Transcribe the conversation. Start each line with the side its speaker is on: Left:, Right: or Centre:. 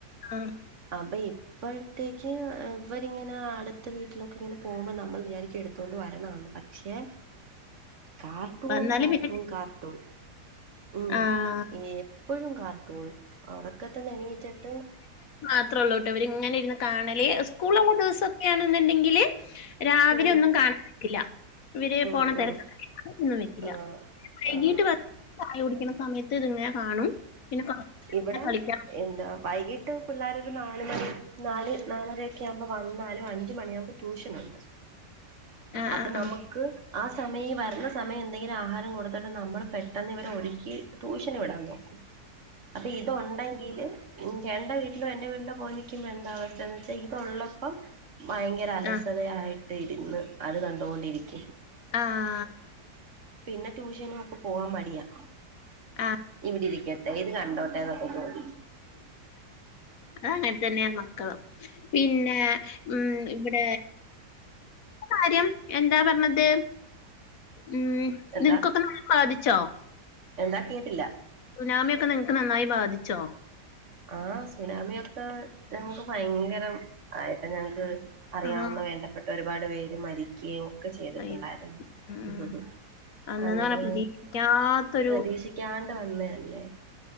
Left: ആഹ്
Right: അപ്പൊ അപ്പോഴത്തേക്ക്, ഇവരിങ്ങനെ അടുത്ത, വീട്ടിലൊക്കെ, ഇങ്ങനെ, പോകുമ്പോൾ, നമ്മൾ വിചാരിക്കും, എടുത്തുകൊണ്ട് വരണമെന്ന്. ക്ഷെ കർട്ടൂൺ
Left: വന്നാല്
Right: കർട്ടൂൺ
Left: പിന്നെ
Right: കർട്ടൂൺ ഉം
Left: ആഹ്
Right: <unintelligible> എപ്പൊഴും കാർട്ടൂൺ ഉറക്കത്ത്ന്ന് എണീറ്റിട്ട്
Left: മാത്രള്ളൂട്ടോ ഇവര് ഇങ്ങനെ ഇരുന്ന് കാണല് സ്കൂൾ ഉള്ള ദിവസംക്കൊണെന്നുണ്ടെങ്കിലെ രാവിലെ
Right: ഉം
Left: ഒന്നും കാണാ ൻപറ്റില്ല ഇവര്
Right: ഉം
Left: പോണ തിരക്കൊന്നും
Right: ഉം
Left: വെക്കില്ല
Right: ആഹ്
Left: വൈകീട്ട്
Right: ആഹ്
Left: വന്ന് ചായ കുടിക്ക്ണ സമയത്ത് ത്ത് <unintelligible> കാണും പിന്നെ. നേരം
Right: ഇവടെ
Left: ഇരുന്ന് കളിക്കാം.
Right: എന്താ വൈകീട്ട്. പിള്ളേരരു നാല് മണി നാല് നാലരൊക്കെ ആവുമ്പ വന്നാലും അഞ്ച് മണിയാവുമ്പോ ട്യൂഷനുണ്ട്
Left: ആ
Right: അപ്പൊ
Left: ആ
Right: നമ
Left: ആ
Right: ക്ക് ആ സമയി വരുന്ന സമയന്തെലും ആഹാരം കൊടുത്തിട്ട് നമ്മൾ പെട്ടെന്ന് ഇവരെ ഒഴുക്കി ട്യൂഷന് വിടാമന്നോ അപ്പൊ ഇതോണ്ടെങ്കില്. ചേട്ടന്റെ വീട്ടിലോ എന്റെ വീട്ടിലോ പോയി നിൽക്കുമ്പോ എന്ത അവസ്ഥയന്ന് വെച്ചാൽ ഇതുള്ളപ്പം ഭയങ്കര അലസതയായിട്ട്
Left: ആ
Right: ഇരുന്ന് അത് കണ്ടോണ്ടിരിക്കും
Left: ആഹ്.
Right: പിന്നെ ട്യൂഷനും ഒക്കെ പോവാൻ മടിയാ
Left: ആഹ്
Right: ഇവിടെ ഇരിക്കട്ടെ ഇത് കണ്ടോട്ടെ എന്നൊക്കെ ചോദിക്കും
Left: അങ്ങനെ തന്നെയ മക്കള് പിന്നെ, മം. ഇവിടെ കാര്യം എന്താ പറഞ്ഞത് ഉം.
Right: എന്താ
Left: നിങ്ങകൊക്കെ <unintelligible> ബാധിച്ചോ
Right: എന്താ കേട്ടില്ല.
Left: സുനാമിയൊക്കെ നിങ്ങൾക്ക് നന്നായി ബാധിച്ചോ
Right: ആഹ് സുനാമിയൊക്കെ ഞങ്ങക്ക് ഭയങ്കരം ആയിട്ട ഞങ്ങക്ക് അറിയാവുന്ന
Left: ആണോ?
Right: വേണ്ടപ്പെട്ട ഒരുപാട് പേര് മരിക്ക്യോം ഒക്കെ ചെയ്തിട്ടുണ്ടായിരുന്നുഊഊ
Left: അയ്യോ. ഉം ഉം അന്നെന്ന്
Right: അങ്ങനെ
Left: പറഞ്ഞാ പ്രതീക്ഷിക്കാത്തൊരു
Right: പ്രതീക്ഷിക്കാണ്ട വന്ന അല്ലേ